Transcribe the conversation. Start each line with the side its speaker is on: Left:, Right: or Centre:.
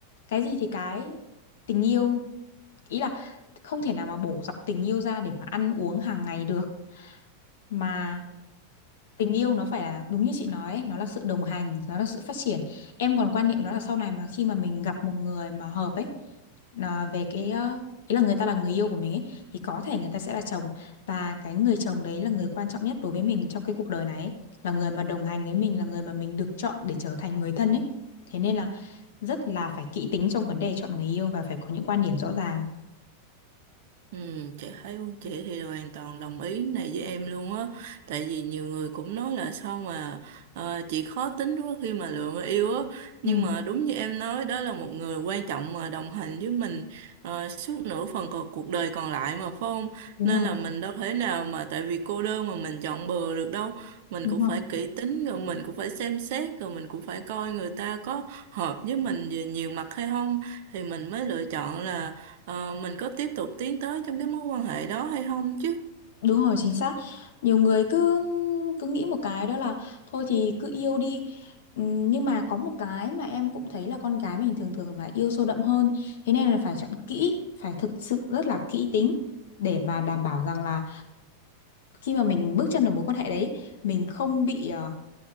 Left: Cái gì thì cái tình yêu ý là không thể nào mà bổ dọc tình yêu ra để mà ăn uống hàng ngày được. Mà tình yêu nó phải là đúng như chị nói ấy, nó là sự đồng hành nó là sự phát triển em còn quan niệm đó là sau này mà khi mà mình gặp một người mà hợp ấy nó về cái ờ, ý là người ta là người yêu của mình ấy thì có thể người ta sẽ là chồng và cái người chồng đấy là người quan trọng nhất đối với mình trong cái cuộc đời này ấy. là người mà đồng hành với mình là người mà mình được chọn để trở thành người thân ấy thế nên là rất là phải kỹ tính trong vấn đề chọn người yêu và phải có những quan điểm rõ ràng
Right: Ừ, chị thấy chị thì hoàn toàn đồng ý này với em luôn á tại vì nhiều người cũng nói là sao mà ờ, chị khó tính quá khi mà lựa người yêu á nhưng
Left: Ừ,
Right: mà đúng như em nói đó là một người quan trọng mà đồng hành với mình ờ, suốt nửa phần còn cuộc đời còn lại mà phải không
Left: đúng
Right: nên
Left: rồi,
Right: là mình đâu thể nào mà tại vì cô đơn mà mình chọn bừa được đâu mình
Left: đúng
Right: cũng
Left: rồi.
Right: phải kỹ tính rồi mình cũng phải xem xét rồi mình cũng phải coi người ta có hợp với mình về nhiều mặt hay không thì mình mới lựa chọn là ờ, mình có tiếp tục tiến tới trong cái mối quan hệ đó hay không chứ
Left: Đúng rồi, chính xác. Nhiều người cứ cứ nghĩ một cái đó là thôi thì cứ yêu đi. Ừm, Nhưng mà có một cái mà em cũng thấy là con gái mình thường thường là yêu sâu đậm hơn. Thế nên là phải chọn kỹ, phải thực sự rất là kỹ tính để mà đảm bảo rằng là khi mà mình bước chân vào mối quan hệ đấy, mình không bị ờ,